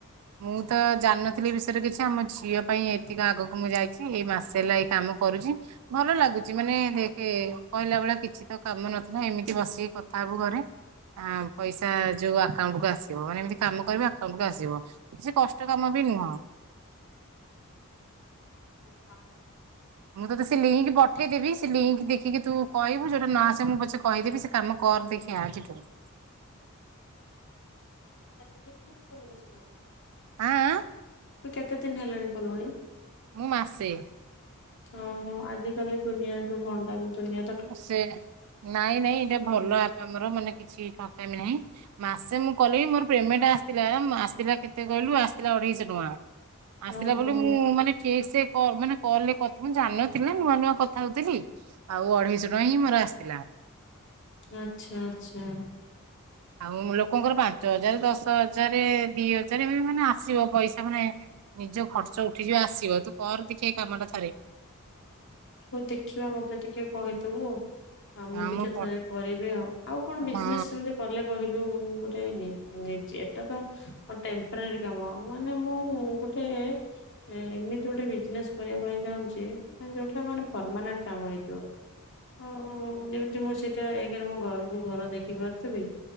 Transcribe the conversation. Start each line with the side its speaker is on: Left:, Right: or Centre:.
Right: ମୁଁ ତ ଜାଣିନଥିଲି ଏ ବିଷୟରେ କିଛି ଆମ ଝିଅ ପାଇଁ ଏତିକି ଆଗକୁ ମୁଁ ଯାଇଛି। ଏଇ ମାସେ ହେଲା ଏଇ କାମ କରୁଛି। ଭଲ ଲାଗୁଛି ମାନେ ଦେଖେ କହିଲା ଭେଳିଆ କିଛି ତ କାମ ନଥିଲା ଏମିତି ବସିକି କଥା ହବୁ ଘରେ। ହଁ ପଇସା ଯୋଉ ଆକାଉଣ୍ଟ କୁ ଆସିବ ମାନେ ଏମତି କାମ କର ଆକାଉଣ୍ଟ କୁ ଆସିବ। ସେ କଷ୍ଟ କାମ ବି ନୁହଁ।
Left: କାମ
Right: ମୁଁ ତୋତେ ସେ ଲିଙ୍କ ପଠେଇଦେବି ସେ ଲିଙ୍କ ଦେଖିକି ତୁ କହିବୁ ଯଦି ନ ଆସେ ମୁଁ ପଛେ କହିଦେବି ସେ କାମ କର ଦେ <unintelligible>
Left: କେତେ ଦିନ ହେଲା <unintelligible>
Right: ଆଁ ଆଁ
Left: ତୁ କେତେ ଦିନ ହେଲାଣି କଲୁଣି?
Right: ମୁଁ ମାସେ।
Left: ଓହୋ ଆଜି କାଲି ଦୁନିଆ ତ ଭଣ୍ଡ ନୁ ଦୁନିଆ
Right: ସେ ନାଇଁ ନାଇଁ ଏଇଟା
Left: ଓ
Right: ଭଲ ଆପଣଙ୍କର ମାନେ କିଛି ଠକା ନାହିଁ। ମାସେ ମୁଁ କଲି ମୋର ପେମେଣ୍ଟ ଆସିଥିଲା ଆସିଲା କେତେ କହିଲୁ ଆସିଲା ଅଢେଇଶହ ଟଙ୍କା। ଆସିଲା
Left: ଓହୋ
Right: ବୋଲି ମୁଁ ମାନେ ଠିକ୍ ସେ କ ମାନେ କଲ୍ ରେ କଥା ମୁଁ ଜାଣିନଥିଲି ନୂଆ ନୂଆ କଥା ହଉଥିଲି। ଆଉ ଅଢ଼େଇଶହ ଟଙ୍କା ହିଁ ମୋର ଆସିିଥିଲା।
Left: ଆଛା ଆଚ୍ଛା।
Right: ଆଉ ଲୋକଙ୍କର ପାଞ୍ଚ ହଜାର ଦଶ ହଜାର ଦି ହଜାର ଏବେ ମାନେ ଆସିବ ପଇସା ମାନେ ନିଜ ଖର୍ଚ୍ଚ ଉଠିଯିବ ଆସିବ। ତୁ କର ଦେଖା ଏଇ କାମଟା ଥରେ।
Left: ହଉ ଦେଖିବା ମତେ ଟିକେ କହିଦେବୁ ଆଉ। ହ ମୁଁ
Right: ହଁ
Left: ଟିକେ
Right: ପ
Left: ଥରେ କରିବି ଆଉ। ଆଉ କଣ ବିଜିନେସ
Right: ହଁ
Left: ସେମିତି କଲେ କହିଲୁ ମୁ ଗୋଟେ ଏଟା ତ ଟେମ୍ପୋରାରୀ କାମ ମାନେ ମୁଁ ଗୋ ଗଟେ ଏମିତି ଗୋଟେ ବିଜନେସ କରିବା ପାଇଁ ଚାହୁଁଚି ମାନେ ଯୋଉଠି ସେମାନେେ ପରମାନେଣ୍ଟ କାମ ହେଇଥିବ। ହଁ ଯେମିତି ମୁଁ ସେଇଟା ଏକରେ ମୋ ଘରକୁ ଘର ଦେଖିପାରୁଥିବି